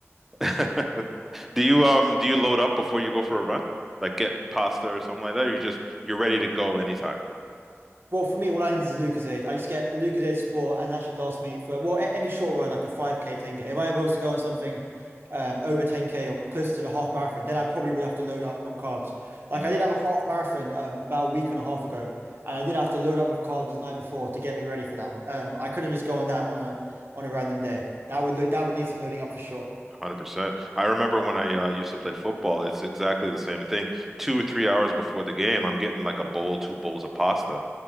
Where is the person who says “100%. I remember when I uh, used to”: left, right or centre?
Centre